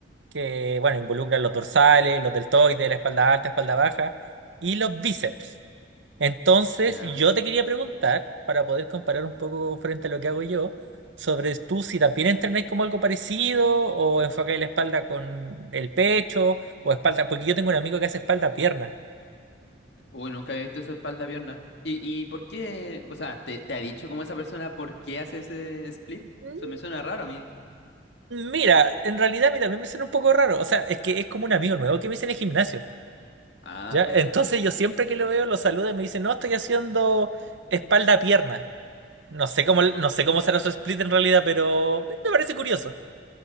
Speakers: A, on the right; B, on the left.
A: que bueno, involucra los dorsales, los deltoides, la espalda alta, espalda baja, y los bíceps. Entonces,
B: Ya.
A: yo te quería preguntar, para poder comparar un poco frente a lo que hago yo, sobre tú si también entrenáis como algo parecido o enfocáis la espalda con el pecho o espalda, porque yo tengo un amigo que hace espalda-pierna.
B: Uy, nunca había visto esa espalda pierna. ¿Y, y por qué? O sea, ¿te, te ha dicho como esa persona por qué hace ese split?
A: Mm,
B: Eso me suena raro a mí.
A: Mira, en realidad a mí también me suena un poco raro, o sea, es que es como un amigo nuevo que me hice en el gimnasio,
B: Ah,
A: ¿ya?
B: ya.
A: Entonces yo siempre que lo
B: Ah,
A: veo lo saludo y me dice, no, estoy haciendo espalda-pierna. No sé cómo, no sé cómo será su split en realidad, pero me me parece curioso.